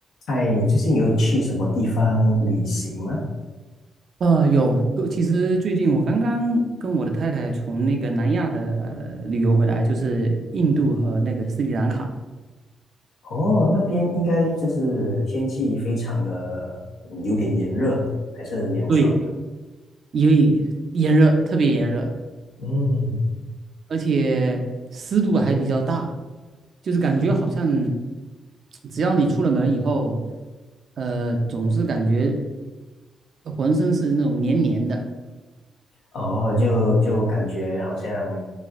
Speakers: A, on the left; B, on the right.
A: 嗨，你最近有去什么地方旅行吗？
B: 呃，有，其实最近我刚刚跟我的太太从那个南亚的旅游回来，就是印度和那个斯里兰卡，
A: 哦，那边应该就是天气非常的，嗯有点炎热，还是很凉爽的。
B: 对，因为炎热，特别炎热，
A: 嗯，
B: 而且湿度还比较大，就是感觉好像只要你出了门以后，呃，总是感觉浑身是那种黏黏的。
A: 哦，就就感觉好像，